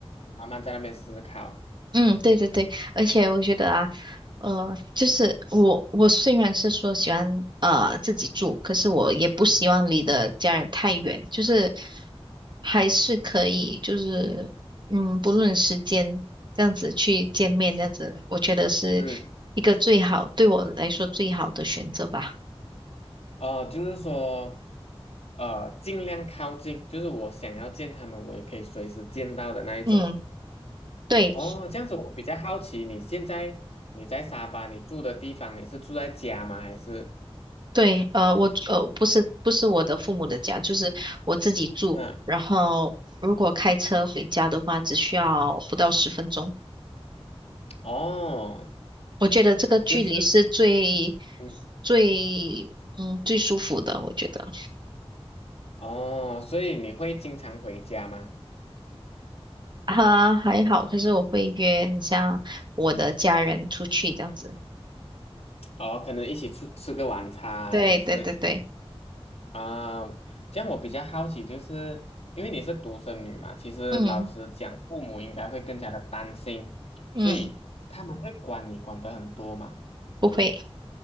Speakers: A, on the left (about 85°); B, on the right (about 45°).
A: 慢慢在那边思考，
B: 嗯，对对对，而且我觉得啊，呃，就是我我虽然是说喜欢呃自己住，可是我也不希望离的家人太远，就是还是可以，就是嗯，不论时间这样子去见面，这样子我觉得是
A: 嗯。
B: 一个最好，对我来说最好的选择吧。
A: 哦，就是说，呃，尽量靠近，就是我想要见他们，我也可以随时见到的那一种。
B: 嗯，对。
A: 哦，这样子我比较好奇，你现在你在沙巴，你住的地方，你是住在家吗？还是
B: 对，呃，我呃不是不是我的父母的家，就是我自己住。
A: 嗯，
B: 然后如果开车回家的话，只需要不到十分钟。
A: 哦，
B: 我觉得这个距离是最
A: 就是嗯，
B: 最嗯最舒服的，我觉得
A: 哦，所以你会经常回家吗？
B: 哈还好。可是我会约很像我的家人出去这样子。
A: 哦，可能一起出吃个晚餐，
B: 对对对对，
A: 还是？啊，这样我比较好奇，就是因为你是独生女嘛，其实老实讲，
B: 嗯
A: 父母应该会更加的担心，
B: 嗯，
A: 所以他们会管你管得很多嘛。
B: 不会，